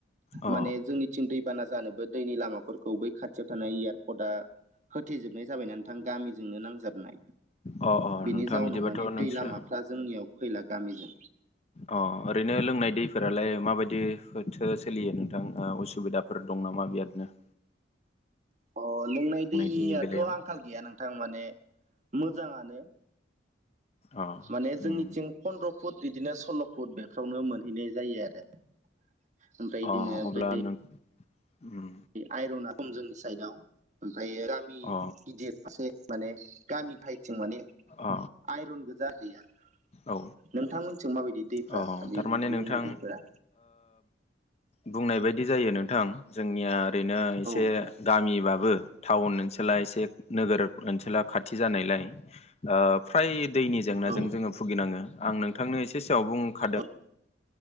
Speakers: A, on the left; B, on the right.
A: अ
B: माने जोंनि थिं दैबाना जानोबो दैनि लामाफोरखौ बै खाथियाव थानाय एयारपर्टआ होथेजोबनाय जाबाय ना नोंथां गामिजोंनो नांजाबनाय
A: अ अ
B: बिनि
A: नोंथां
B: जाउनाव
A: बिदिबाथ'
B: माने
A: नोंस्रा
B: दा जोंनियाव फैला गामिजों
A: अ ओरैनो लोंनाय दैफोरालाय माबायदिथो सोलियो नोंथां असुबिदा फोर दं नामा बिबादनो
B: अ लोंनाय दैयाथ'
A: दैनि बेलायाव
B: आंखाल गैया नोंथां माने मोजाङानो
A: अ
B: माने
A: उम
B: जोंनिथिं फन्द्र' फुट बिदिनो सल्ल' फुट बेफ्रावनो मोनहैनाय जायो आरो ओमफ्राय
A: अ
B: बिदिनो
A: अब्ला
B: बे
A: नों उम
B: आइरना खम जोंनि साइदआव ओमफ्राय गामि
A: अ
B: गिदिर ससे माने गामि गाहायथिं माने
A: अ
B: आइरन गोजा दैया
A: औ
B: नोंथांमोनथिं माबायदि दैफ्रा
A: अ
B: बिदिनो
A: थारमाने नोंथां
B: लोंनाय दैफोरा
A: बुंनाय बायदि जायो नोंथां जोंनिया ओरैनो एसे
B: औ
A: गामिबाबो टाउन ओनसोला एसे नोगोर ओनसोला खाथि जानायलाय फ्राय दैनि जेंनाजों
B: औ
A: जोङो भुगिनाङो आं नोंथांनो एसे सिगाङाव बुंखादों
B: औ